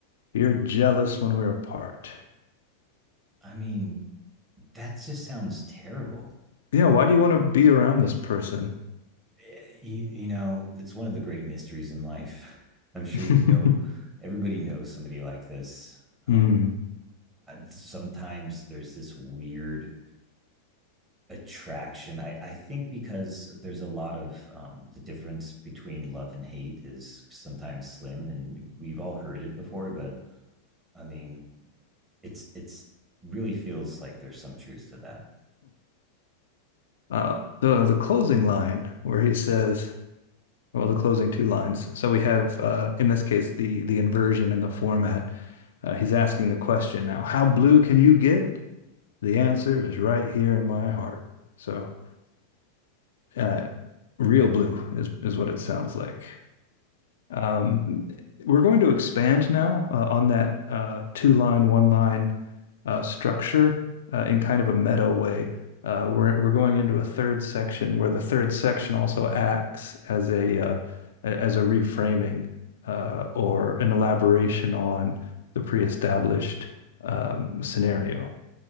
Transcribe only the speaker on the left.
You're jealous when we're apart.
yeah, why do you want to be around this person?
<laughs>
mm.
Hmm.
Uh, the the closing line where he says, well, the closing two lines. So we have, uh, in this case, the the inversion in the format. Uh, he's asking the question now, how blue can you get? The answer is right here in my heart. So, uh, real blue is is what it sounds like. Um, we're going to expand now uh, on that uh, two line, one line uh, structure uh, in kind of a meta way. Uh, we're we're going into a third section where the third section also acts as a uh, as a reframing uh, or an elaboration on the pre-established um, scenario.